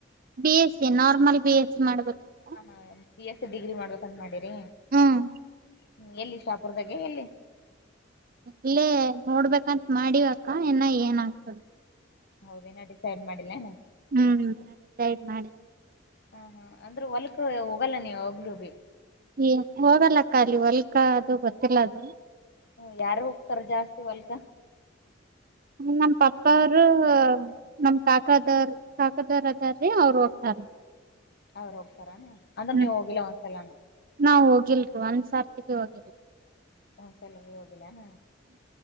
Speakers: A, on the right; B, on the left.
A: B S C normal B S C ಮಾಡ್ಬೇಕಂತ
B: ಹ ಹಾ ಪ ಎಸ್ ಡಿಗ್ರಿ ಮಾಡಬೇಕ ಅಂತ ಮಾಡಿರಿ
A: ಹ್ಮ್
B: ಹ್ಮ್ ಎಲ್ಲಿ ಶಾಪುರದಾಗೆ ಎಲ್ಲಿ
A: ಅಲ್ಲೇ ನೋಡ್ಬೇಕಂತ ಮಾಡಿವಕ್ಕ ಇನ್ನ ಏನ್ ಆಗ್ತದೆ
B: ಹೌದೇನ ಡಿಸೈಡ್ ಮಾಡಿಲ್ಲನ
A: ಹ್ಮ್ ಮಾಡಿ ಸರಿ ಮಾಡಿ
B: ಹ್ಮ ಹ್ಮ ಅಂದ್ರೆ ಹೊಲ್ಕ್ ಹೋಗಲ್ಲ ನೀವ ಹೋಗಲುೂ ಬಿೀ
A: ಏ ಹೋಗಲ್ಲ ಖಾಲಿ ಹೊಲ್ಕಾ ಅದು ಗೊತ್ತಿಲ್ಲ ಅದು
B: ಹ ಯಾರು ಹೋಗ್ತಾರ ಜಾಸ್ತಿ ಹೊಲ್ಕ
A: ನಮ್ ಪಪ್ಪ ಅವರು ನಮ ಕಾಕದ ಕಾಕದಾರ್ ಅದೀ ಅವರು ಹೋಗ್ತಾರ
B: ಅವ್ರ ಹೋಗ್ತಾರಾನ ಅಂದ್ರೆ
A: ಹ್ಮ್
B: ನೀವ ಹೋಗಿಲ್ಲ ಒಂದ್ಸಲಾನ
A: ನಾವ್ ಹೋಗಿಲ್ರಿ ಒಂದ್ ಸರ್ತಿ ಭಿ ಹೋಗಿರ
B: ಹ ಸಲ್ಲ ಹೋಗಲ್ಲಣ